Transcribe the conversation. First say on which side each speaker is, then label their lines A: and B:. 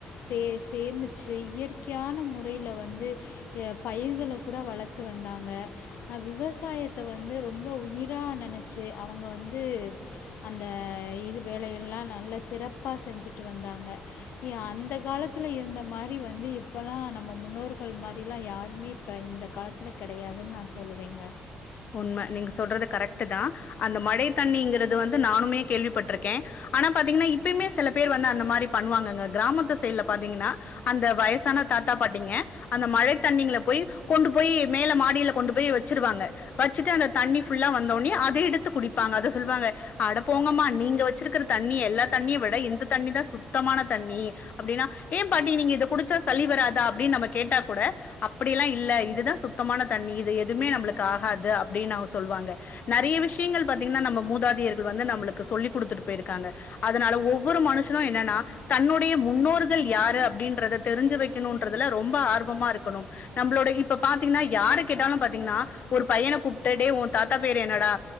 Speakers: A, on the left; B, on the left.
A: சே சேமிச்சு இயற் முக்கியான முறையில் வந்து பயிர்களை கூட வளர்த்து வந்தாங்க விவசாயத்தை வந்து ரொம்ப உயிராக நெனச்சி அவங்க வந்து அந்த இது வேலைகள்ல்லாம் நல்ல சிறப்பாக செஞ்சுட்டு வந்தாங்க அந்த காலத்தில் இருந்த மாரி வந்து இ இப்போலாம் நம்ம முன்னோர்கள் மாரிலாம் யாருமே இப்போ இந்த காலத்தில் கிடையாதுன்னு நான் சொல்லுவேங்க
B: உண்மை நீங்க சொல்றது கரெக்ட் தான் அந்த மழை தண்ணிங்குறது வந்து நானுமே கேள்விப்பட்டிருக்கேன் ஆனா பாத்தீங்கன்னா இப்பயுமே சில பேர் வந்து அந்த மாதிரி பண்ணுவாங்கங்க கிராமத்து சைடுல பாத்தீங்கன்னா அந்த வயசான தாத்தா பாட்டிங்க அந்த மழை தண்ணிங்கல போய் கொண்டு போய் மேல மாடியில கொண்டு போய் வச்சிருவாங்க வச்சுட்டு அந்த தண்ணி ஃபுல்லா வந்தோனே அதை எடுத்து குடிப்பாங்க அதை சொல்லுவாங்க அட போங்கம்மா நீங்க வச்சிருக்கிற தண்ணி எல்லா தண்ணிய விட எந்த தண்ணி தான் சுத்தமான தண்ணி அப்படின்னா ஏன் பாட்டி நீங்க இதை குடிச்சா சளி வராதா அப்படின்னு நம்ம கேட்டா கூட அப்படியலாம் இல்ல இதுதான் சுத்தமான தண்ணி இது எதுவுமே நம்மளுக்கு ஆக ஆகது அப்படின்னு அவங்க சொல்லுவாங்க நிறைய விஷயங்கள் பாத்தீங்கன்னா நம்ம மூதாதியர்கள் வந்து நம்மளுக்கு சொல்லி் கொடுத்துட்டு போயிருக்காங்க அதனால ஒவ்வொரு மனுஷனும் என்னன்னா தன்னுடைய முன்னோர்கள் யாரு அப்படின்றத தெரிஞ்சு வைக்கணும்என்றதுல ரொம்ப ஆர்வமா இருக்கணும் நம்மளோடைய இப்ப பாத்தீங்கன்னா யாரு கேட்டாலும் பாத்தீங்கன்னா ஒரு பையனை கூப்பிட்டே உன் தாத்தா பேர் என்னடா